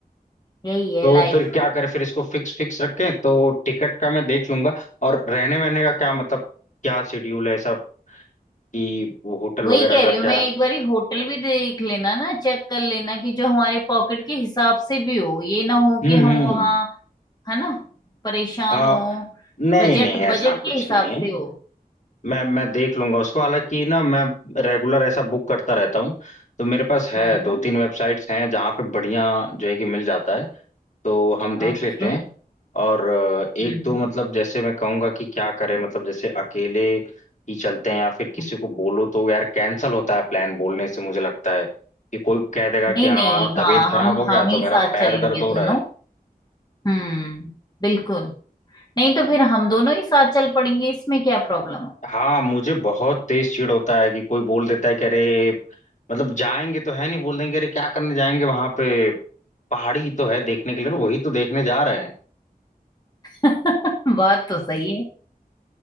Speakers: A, on the left; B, on the left.
A: यही है
B: तो
A: लाइफ
B: फिर क्या करें फिर इसको फिक्स फिक्स रखें तो टिकट का मैं देख लूंगा और रहने वहने का क्या मतलब क्या शेड्यूल है सब कि वो होटल
A: वही
B: वगैरह
A: कह
B: का
A: रही हूँ
B: क्या
A: मैं एक बारी होटल भी देख लेना ना चेक कर लेना कि जो हमारे पॉकेट के हिसाब से भी हो ये ना हो
B: हम्म
A: कि हम
B: हम्म
A: वहाँ है ना परेशान
B: हाँ
A: हो
B: नहीं
A: बजट
B: नहीं ऐसा
A: बजट
B: कुछ
A: के हिसाब
B: नहीं है
A: से हो
B: मैं मैं देख लूंगा उसको हालांकि ना मैं रेगुलर ऐसा बुक करता रहता हूँ तो मेरे पास है
A: हम्म
B: दो
A: हम्म
B: तीन वेबसाइट्स हैं जहाँ पे बढ़िया जो है कि मिल जाता है तो हम देख
A: ओके
B: लेते
A: हम्म
B: हैं और अ, एक
A: हम्म
B: दो मतलब जैसे मैं कहूँगा कि क्या करें मतलब जैसे अकेले ही चलते हैं या फिर किसी
A: हम्म।
B: को बोलो तो यार कैंसिल होता है प्लान बोलने से मुझे लगता है कि कोई कह देगा
A: नहीं
B: कि हमारा
A: नहीं
B: तबीयत
A: हाँ
B: खराब
A: हम
B: हो गया
A: हम
B: तो
A: ही
B: मेरा
A: साथ
B: पैर
A: चलेंगे
B: दर्द हो रहा
A: दोनों
B: है
A: हम्म बिल्कुल नहीं तो फिर हम दोनों ही साथ चल पड़ेंगे इसमें क्या प्रॉब्लम है
B: हाँ मुझे बहुत तेज चिढ़ होता है कि कोई बोल देता है कि अरे मतलब जाएंगे तो है नहीं बोल देंगे अरे क्या करने जाएंगे वहां पे पहाड़ी तो है देखने के लिए वही तो देखने जा रहे हैं
A: हम्म <laughs> बात तो सही है